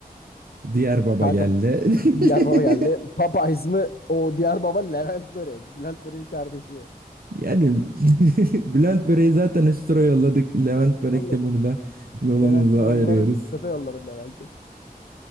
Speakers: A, on the right; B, on the left.
A: diğer baba
B: Kanka
A: geldi. <laughs>
B: diğer baba geldi. Popeyes mi? O diğer baba Levent Börek. Bülent Börek'in kardeşi.
A: Yani <laughs> Bülent Börek'i zaten üst tura yolladık. Levent Börek
B: Yolladık.
A: de burada yolumuzu
B: Levent'i
A: ayırıyoruz.
B: yollarım. Çöpe yollarım Levent'i.